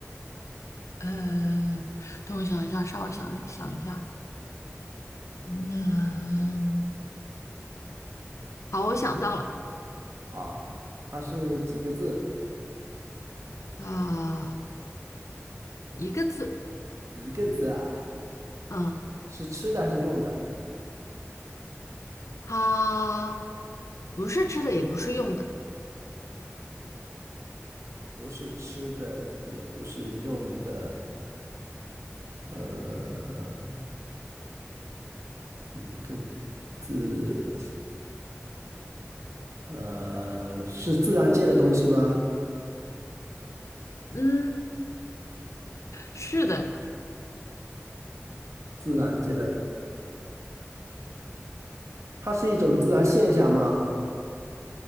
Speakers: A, on the left; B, on the right.
A: 呃，等我想一下，稍微想想一下。那、好，我想到了，
B: 好，它是几个字？
A: 啊、一个字，
B: 一个字啊。
A: 嗯，
B: 是吃的还是用的？
A: 它不是吃的，也不是用的，
B: 不是吃的，也不是用的。呃，一个字，呃，是自然界的东西吗？
A: 嗯，是的，
B: 自然界的，它是一种自然现象吗？